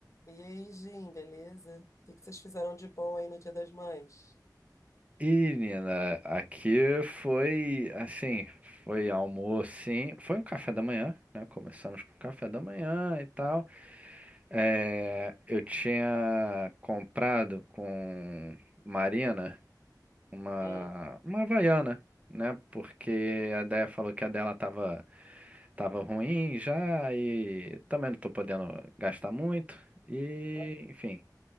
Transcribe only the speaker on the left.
E aí, Jim, beleza? O que que vocês fizeram de bom aí no Dia das Mães?
Hum,
<laughs> ah,